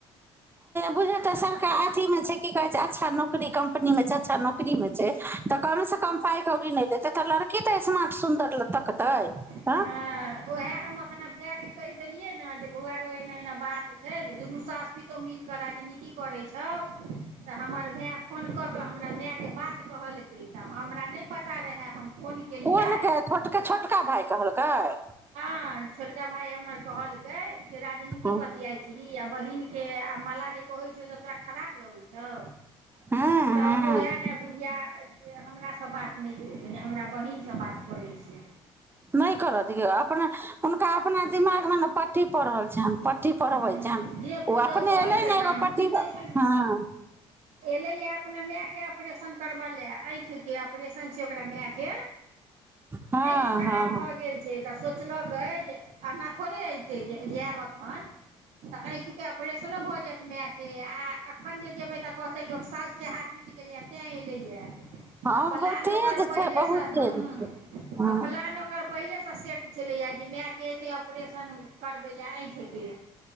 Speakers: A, on the right; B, on the right.
A: बुझ तऽ सरकार अथीमे छै की कहै छै अच्छा नौकरी कम्पनीमे छै अच्छा नौकरीमे छै तऽ कम कम पाइ कौड़ी नहि लेतै त लर की ते स्मारट सुन्दर ल तकतै
B: हँ उएह हम अपना भाय के कहि देलियै ने माय गे ओ आरो एने एना बात छै जे दुनू साास पुतोह मिल के राजनीति करै छै छउ तऽ हमर तें फोन क के हमरा माय के बात कहलकै तऽ हमरा नहि पता रहे है हम फोन केलियै
A: कोन छै छोटका छोटका भाय कहलक आओर
B: हँ छोटका भााय हमर कहलकै। के राजनीति
A: हँ
B: बतियाइ छै। आब बहिनके आ माला जे कहैत छौ। तऽ तोरा खराब लगैत छौ।
A: हँ
B: तऽ ओएह लए बुढ़िया। हमर सभ बात नहि भेल। हमरा बहिनसँ बात करै छी।
A: नहि कर दियौ हुनका अपना दिमागमे ने। पाठ पढ़ रहल छनि।
B: हुँ
A: पट्टी पढ़बै छनि
B: जे पुतोहु
A: ओ अपने
B: कहै
A: एलै
B: छौ
A: ने
B: ने
A: एगो पट्टी हँ
B: एलै हे। अपना मायके ऑपरेशन करब लेय आँखि जे अप आँपरेशन छैय ओकरा माय कें।
A: हँ
B: आखि खराब
A: हँ
B: भ गेल छै त सोची किचना क जे। <inaudible> आहाँ थोड़े अयतै। जे जायब एखन। तऽ आँखिके ऑपरेशनो भऽ जायत मायके। जे आ अखन जे जेबै तऽ कहतै लोक साउस कें हाथ टुटि गेलैए तैँ एलैएया
A: हँ
B: आ प्लान
A: बहुत तेज
B: ओकर पहिलेसँ
A: छै बहुत तेज
B: हँ।
A: छै हँ
B: आ प्लान ओकर पहिलेसँ सेट छलैए। जे मायके एतै ऑपरेशन करबै लेल आँखि। जे।